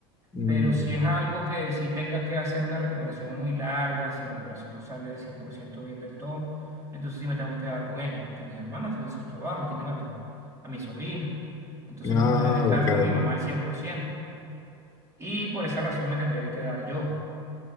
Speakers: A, on the left (about 25°); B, on the right (about 20°).
A: Mm,
B: Pero si es algo que sí tenga que hacer una recuperación muy larga, si la operación no sale 100% bien del todo, entonces sí me tengo que quedar con ellos, porque mis hermanas tienen sus trabajos, tienen a, las- a mi sobrina. Entonces
A: ah,
B: no podrían estar
A: ok.
B: con mi mamá al cien por ciento Y por esa razón me tendría que quedar yo.